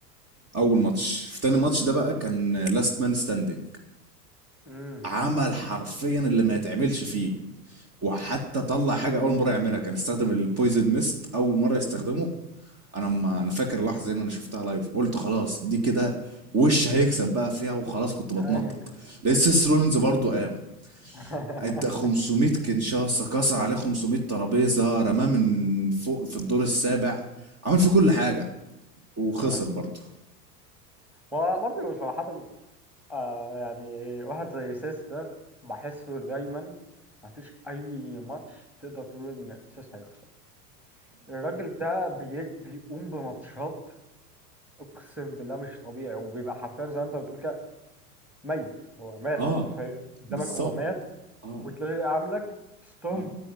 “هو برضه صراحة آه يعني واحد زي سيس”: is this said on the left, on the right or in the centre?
Centre